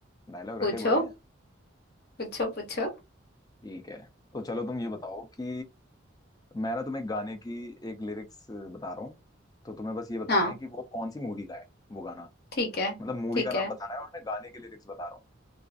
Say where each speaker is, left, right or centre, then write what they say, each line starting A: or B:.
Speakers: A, on the left (about 20°); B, on the left (about 50°).
A: डायलॉग
B: पूछो
A: रटे बड़े हैं
B: पूछो पूछो
A: ठीक है तो चलो तुम ये बताओ कि मैं ना तुम्हें गाने की एक लिरिक्स बता रहा हूँ तो तुम्हें बस ये बताना
B: हाँ
A: है कि वो कौन सी मूवी का है वो गाना
B: ठीक है
A: मतलब मूवी
B: ठीक
A: का नाम
B: है
A: बताना है और मैं गाने की लिरिक्स बता रहा हूँ